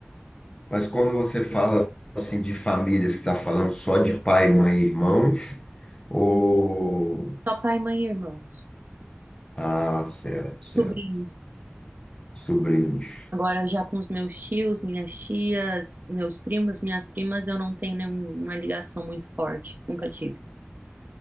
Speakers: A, on the left (about 25°); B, on the right (about 50°).
A: Mas quando você fala assim de família, você está falando só de pai, mãe e irmão? Ou...
B: Só pai, mãe e irmãos,
A: Ah, certo, certo.
B: sobrinhos.
A: Sobrinhos.
B: Agora já com os meus tios, minhas tias, meus primos, minhas primas, eu não tenho nenhuma ligação muito forte. Nunca tive.